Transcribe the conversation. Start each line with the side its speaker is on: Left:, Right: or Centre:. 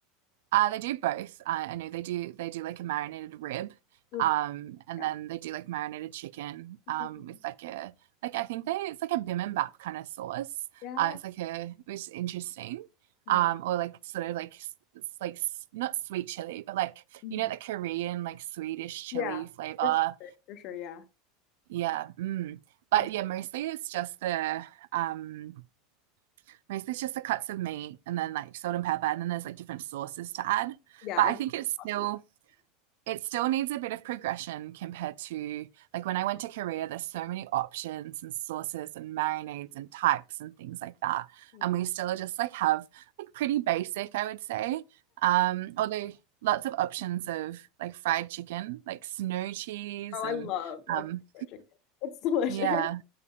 Right: Uh, they do both. I, I know they do. They do like a marinated rib,
Left: Oof,
Right: um, and
Left: yeah.
Right: then they do like marinated chicken
Left: Oh
Right: um,
Left: my goodness.
Right: with like a like I think they it's like a bibimbap kind of sauce.
Left: Yeah.
Right: Uh, it's like a which is interesting,
Left: Oh
Right: um,
Left: my
Right: or like sort of like it's like not sweet chili, but like
Left: mhm.
Right: you know the Korean like Swedish chili
Left: Yeah.
Right: flavor.
Left: For sure, for sure, yeah.
Right: Yeah, mm. But
Left: Um,
Right: yeah, mostly it's just the um, mostly it's just the cuts of meat and then like salt and pepper, and then there's like different sauces to add.
Left: yeah,
Right: But
Left: I
Right: I
Left: love
Right: think it's still
Left: it.
Right: it still needs a bit of progression compared to, like, when I went to Korea, there's so many options and sauces and marinades and types and things like that.
Left: Yeah.
Right: And we still just like have like pretty basic, I would say. Um, although lots of options of like fried chicken, like snow cheese
Left: Oh,
Right: and
Left: I love a Kentucky
Right: um,
Left: Fried Chicken. It's delicious.
Right: yeah.
Left: <laughs>